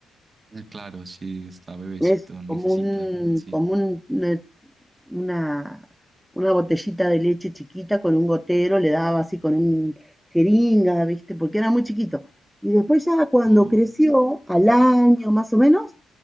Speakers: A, on the right; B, in the centre.
A: eh, claro, sí está bebecito,
B: Es
A: necesita,
B: como un,
A: sí.
B: como un- una, una, una botellita de leche chiquita con un gotero, le daba así con un jeringa, ¿viste? Porque era muy chiquito. Y después ya cuando
A: Oh,
B: creció, al
A: ok.
B: año más o menos,